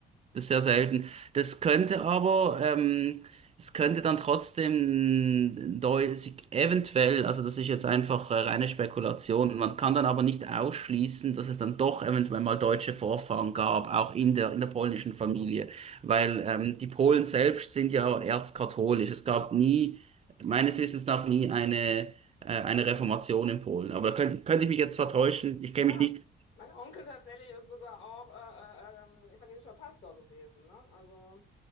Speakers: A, on the right; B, on the left.
A: das ist sehr selten. Das könnte aber, ähm, es könnte dann trotzdem deu- sich eventuell, also das ist jetzt einfach äh, reine Spekulation, man kann dann aber nicht ausschließen, dass es dann doch eventuell mal deutsche Vorfahren gab, auch in der, in der polnischen Familie, weil ähm, die Polen selbst sind ja erzkatholisch. Es gab nie, meines Wissens nach, nie eine, äh, eine Reformation in Polen. Aber da könnte, könnte ich mich jetzt vertäuschen, ich kenne
B: Ja,
A: mich nicht.
B: mein Onkel tatsächlich ist sogar auch äh, äh, ähm, evangelischer Pastor gewesen, ne? Also